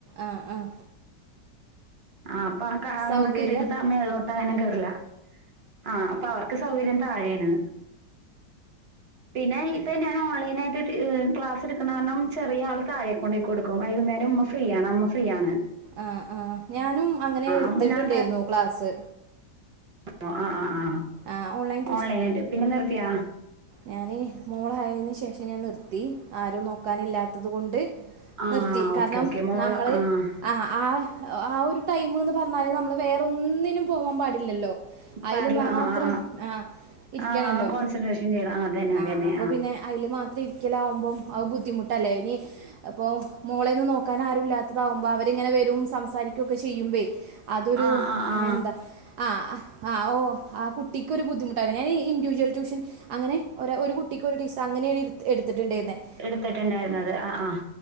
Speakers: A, on the right; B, on the right.
A: ആ ആഹ്
B: ആഹ് അപ്പൊ ആ കാലി
A: സൗകര്യം
B: ന്തൊക്കെ ഇട്ടിട്ട് താ മേള്ള്ളോട്ട അങ്ങനെ കേറ്ല്ലാ ആ പ്പൊ അവർക്ക് സൗകര്യം താഴെയാണ് പിന്നെ ഇപ്പെ ഞാൻ ഓൺലൈൻ ആയിട്ട് ടീ ക്ലാസ് എടുക്കുന്ന കാരണം ചെറിയ ആൾ താഴേക്കോ കൊണ്ടേയികൊടുക്കും വൈകുന്നേരം ഉമ്മ ഫ്രീയാണ് അമ്മ ഫ്രീയാണ്
A: ആ ആഹ് ഞാനും അങ്ങനെ എടുത്തിട്ടുണ്ടേയിരുന്നു
B: അപ്പൊ ഞാൻ
A: ക്ലാസ്സ്
B: ഓ ആ ആ ആ
A: ആ ഓൺലൈൻ
B: ഓൺലൈനായിട്ട് പിന്നെ നിർത്തിയാ
A: ഞാന് മോളായേന് ശേഷം ഞാൻ നിർത്തി ആരും നോക്കാനില്ലാത്തത് കൊണ്ട്
B: ആഹ്
A: നിർത്തി കാരണം
B: ഓക്കെ ഓക്കെ മോള്
A: നമ്മള്
B: ആഹ്
A: ആഹാ ആഹ് ആ ഒരു ടൈമ്ന്ന് പറഞ്ഞാൽ നമ്മൾ വേറൊന്നിനും പോവാൻ പാടില്ലല്ലോ അയിൽ
B: പാടില്ല
A: മാത്രം
B: ആ ആ
A: ആ ഇരിക്കണല്ലോ
B: ആ ആ കോൺസെൻട്രേഷൻ ചെയ്യണം അതന്നെ
A: ആ
B: അതന്നെ
A: അപ്പൊ പിന്നെ അതിൽ മാത്രം ഇരിക്കലാവുമ്പം അഹ് ബുദ്ധിമുട്ടല്ലേ ഇനി അപ്പൊ മോളേന്നും നോക്കാൻ ആരും ഇല്ലാത്തതാാവുമ്പോ അവരിങ്ങനെ വരും സംസാരിക്കുയൊക്കെ ചെയ്യുമ്പേയ് അതൊരു
B: ആ ആ ആ
A: എന്താ ആ ആ ആ ഓ ആ കുട്ടിക്കൊരു ബുദ്ധിമുട്ടാവൂലെ ഞാൻ ഈന്റിവിജ്വൽ ട്യൂഷൻ അങ്ങനെ ഒര ഒരു കുട്ടിക്കൊരു ടീച്ചർ അങ്ങനേണ് എട്ത് എടുത്തിട്ടുണ്ടായിരുന്നുന്നത്
B: എടുത്തിട്ടുണ്ടായിരുന്നത് ആ ആഹ്